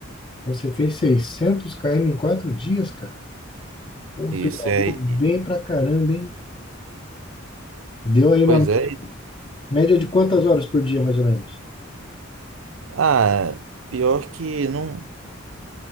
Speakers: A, on the left; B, on the right.
A: você fez 600 km em quatro dias, cara. Pô,
B: Isso
A: pedalou
B: é.
A: bem
B: e-
A: pra caramba, hein? Deu aí uma
B: Pois
A: média,
B: é.
A: média de quantas horas por dia, mais ou menos?
B: Ah, pior que não,